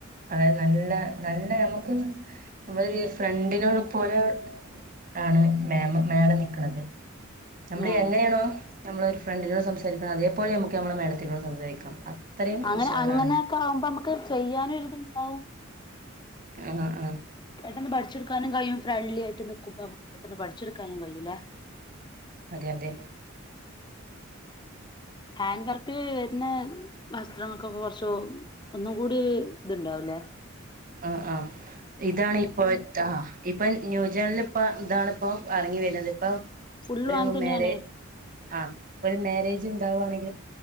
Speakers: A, on the right; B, on the left.
A: അതെ നല്ല നല്ല നമ്മക്ക് ക്ക് നമ്മളൊരു ഫ്രണ്ടിനോട് പോലെ ആണ് മാം മാഡം നിക്കണത് നമ്മള്
B: ആഹ്
A: എങ്ങനെയാണോ നമ്മള ഒരു ഫ്രണ്ടിനെ ക്കര് <unintelligible> അതേപൊലെ നമക്ക് ക്ക് നമ്മളെ മേഡത്തിനോട് സംസാരിക്കാം അത്രയും
B: അങ്ങനെ
A: ഉഷാറാണ്
B: അങ്ങനെയൊക്കെ ആകുമ്പോ നമുക്ക് ചെയ്യാനും ഒരിതുണ്ടാവും
A: ആഹാ ആഹ്
B: പെട്ടെന്ന് പഠിച്ചെടുക്കാനും കൈയും ഫ്രണ്ട്ലി ആയ്ട്ട് നിക്കുമ്പോ നമുക്ക് പെട്ടന്ന് പഠി <unintelligible> ട്ക്കാനും കയ്യൂലേ
A: അതെ അതെ
B: ഹാൻഡ് വർക്കില് വരുന്ന വസ്ത്രങ്ങൾക്കൊക്കെ കുറച്ചു ഒന്നും കൂടി ഒര് ഇതുണ്ടാവൂല്ലേ
A: ആ ആ ഇതാണ് ഇപ്പൊ ത്ത ഇപ്പൊ ന്യൂജനിലിപ്പ ഇപ്പ ഇതാണ ഇപ്പ ഇറങ്ങി വരുന്നത് ഇപ്പം
B: ഫുള്ളും
A: ഒരു
B: അങ്ങനെ തന്നെയാണ്
A: മേരെ ആ ഒരു മാനേജ് ഉണ്ടാവുവാണെങ്ക